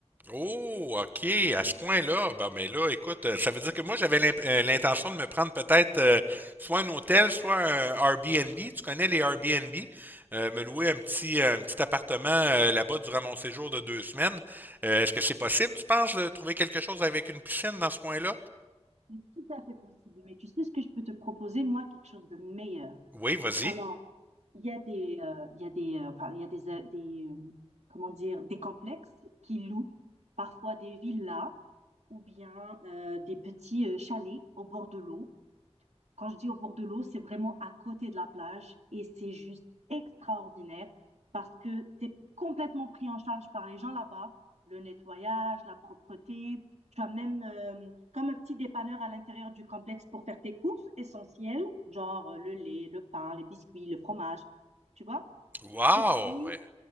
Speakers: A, on the right (about 15°); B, on the right (about 85°).
A: Oh, OK,
B: Mm,
A: à ce point-là, ben, ben là, écoute, euh, ça veut dire que moi, j'avais l'imp- euh, l'intention de me prendre peut-être euh, soit un hôtel, soit un Airbnb. Tu connais les Airbnb? Euh, me louer un petit, euh, un petit appartement euh, là-bas durant mon séjour de deux semaines. Euh, est-ce que c'est possible, tu penses, de trouver quelque chose avec une piscine dans ce coin-là?
B: C'est tout à fait possible. Mais tu sais ce que je peux te proposer, moi, quelque chose de meilleur.
A: Oui, vas-y.
B: Alors, il y a des, euh, il y a des, euh, enfin, il y a des, euh, des, euh, comment dire, des complexes qui louent parfois des villas ou bien euh, des petits euh, chalets au bord de l'eau. Quand je dis au bord de l'eau, c'est vraiment à côté de la plage et c'est juste extraordinaire parce que c'est complètement pris en charge par les gens là-bas, le nettoyage, la propreté. Tu as même euh, comme un petit dépanneur à l'intérieur du complexe pour faire tes courses essentielles, genre euh, le lait, le pain, les biscuits, le fromage, tu vois.
A: Wow!
B: Et puis,
A: Euh,